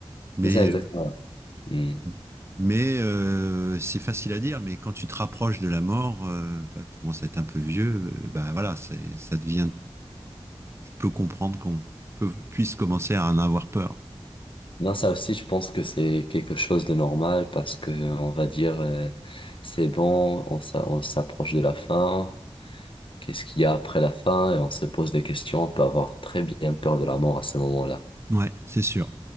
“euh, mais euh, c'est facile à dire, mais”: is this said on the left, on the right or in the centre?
Right